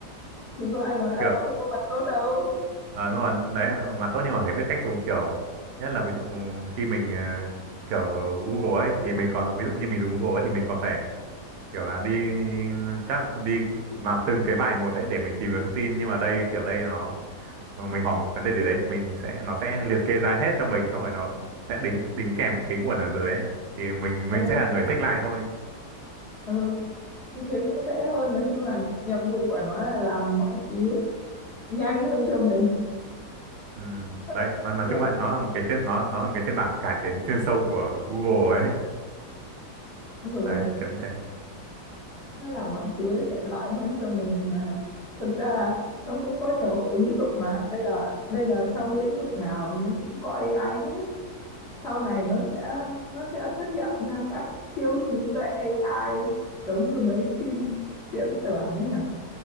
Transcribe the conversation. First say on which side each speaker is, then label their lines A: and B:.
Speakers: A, on the left; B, on the right.
A: thì có ai nói là
B: kiểu
A: nó không có mặt tốt đâu
B: ờ đúng rồi đấy mặt tốt nhưng mà phải biết cách dùng kiểu nhất là ví dụ khi mình ờ, kiểu Google ấy thì mình còn ví dụ như mình dùng Google ấy thì mình còn phải kiểu là đi chat đi vào từng cái bài một đấy để mình tìm kiếm thông tin nhưng mà đây kiểu đây là nó mà mình hỏi một vấn đề gì đấy mình sẽ nó sẽ liệt kê ra hết cho mình xong rồi nó sẽ đính đính kèm những cái nguồn ở dưới ấy. thì mình
A: ừ
B: mình sẽ là người check lại thôi
A: ừ như thế cũng dễ hơn nói chung là nhiệm vụ của nó là làm mọi thứ nhanh hơn cho mình
B: ừ.
A: <laughs>
B: đấy nói, nói
A: tiện
B: chung lại nó là một cái phiên nó nó là một cái phiên bản cải tiến chuyên sâu của Google ấy
A: ừ.
B: đấy kiểu như thế
A: nó làm mọi thứ tiện lợi hơn cho mình mà thực ra là nó cũng có nhiều ứng dụng mà bây giờ bây giờ trong lĩnh vực nào nó cũng có AI hết sau này nó sẽ nó sẽ xuất hiện ra các siêu trí tuệ AI giống như mấy phim viễn tưởng ấy nhỉ